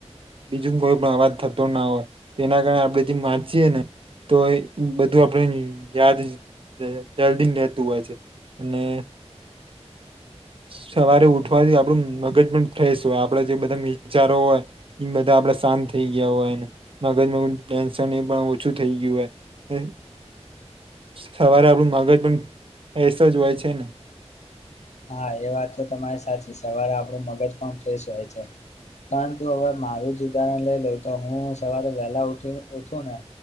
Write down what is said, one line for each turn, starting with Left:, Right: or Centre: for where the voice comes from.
Right: બીજું કોઈ પણ અવાજ થ. ના હોય તેના કારણે આપણેથી વાચીયે ને તો બધું આપણે યાદ. જલ્દી રહેતું હોય છે અને સવારે ઉઠ વાથી આપડું મગજ પણ ફ્રેશ હોય આપડ જે બધા વિચારો હોય બધા આપડા શાંત થઈ ગયા હોય. મગજ મગજ ટેન્શન એ પણ ઓછું થઈ ગયું હો. સવારે આપણું મગજ પણ ફ્રેસ જ હોય છે ને
Left: હા એ વાત તો તમારી સાચી સવારે આપણું મગજ પણ ફ્રેશ હોય છે. પરંતુ હવે મારું જ ઉદાહરણ લઈ લઉ તો હું સવારે વહેલા ઉઠી ઉઠુંને.